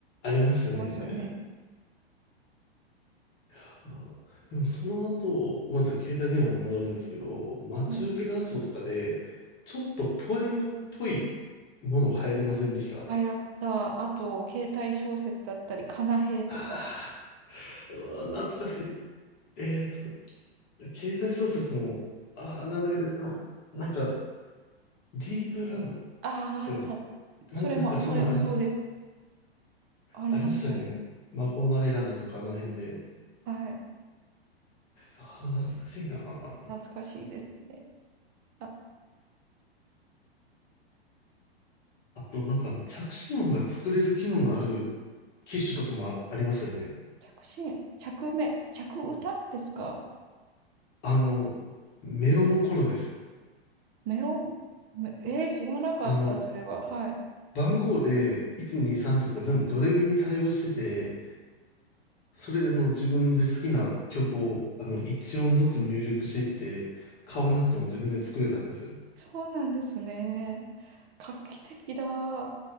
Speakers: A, on the left (about 30°); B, on the right (about 25°).
A: ありましたね。
B: そうですよね。
A: あでもその後、ごめんなさい、携帯電話に戻るんですけど、待ち受け画像とかで、
B: はい。
A: ちょっとポエムっぽいもの流行りませんでした
B: あ、やった。あと、携帯小説だったり、かなへいとか。
A: ああー、うわ懐かしい。えっと、携帯小説も、ああ、名前が出てこない。なんか、ディープラブ
B: ああ、
A: 違う。
B: た、
A: な、
B: それも、
A: なんかそんなんあります。
B: それもそうです。ありましたね。
A: ありましたよね。魔法のアイランドとかあの辺で。
B: はい。
A: ああ、懐かしいな。<laughs>
B: 懐かしいですね。あ、
A: あと、なんか、着信音が作れる機能のある機種とかもあ、ありましたよね。
B: 着信、着目、着歌ですか
A: あの、メロの頃です。
B: メロン、めえー知らなかった、
A: あの、
B: それは。はい。
A: 番号で123とかが全部ドレミに対応してて、それであの自分で好きな曲をあの1音ずつ入力していって、買わなくても自分で作れたんですよ。
B: そうなんですね。画期的だ。